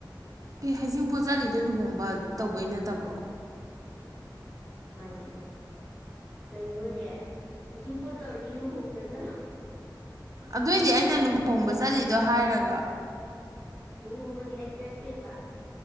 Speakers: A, on the right (about 45°); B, in the centre.
A: ꯀ ꯍꯩꯖꯤꯡ ꯄꯣꯠ ꯆꯠꯂꯤꯗꯣ ꯂꯨꯍꯣꯡꯕ ꯇꯧꯕꯩ ꯅꯠꯇꯕ꯭ꯔꯣ
B: ꯃꯅꯤ ꯀꯩꯅꯣꯅꯦ ꯍꯧꯖꯤꯛ ꯄꯣꯠ ꯇꯧꯔꯗꯤ ꯂꯨꯍꯣꯡꯗꯗ
A: ꯑꯗꯨꯑꯣꯏꯗꯤ ꯑꯩꯅ ꯂꯨꯍꯣꯡꯕ ꯆꯠꯂꯤꯗꯣ ꯍꯥꯏꯔꯒ
B: ꯂꯨꯍꯣꯡꯕꯗꯤ ꯑꯩ ꯆꯠꯇꯦꯕ